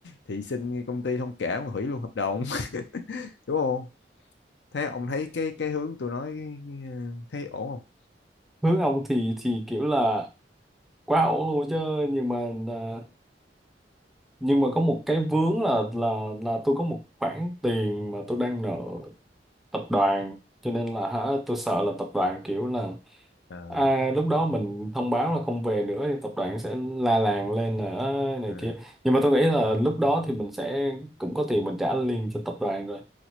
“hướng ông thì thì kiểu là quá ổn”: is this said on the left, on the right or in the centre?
Centre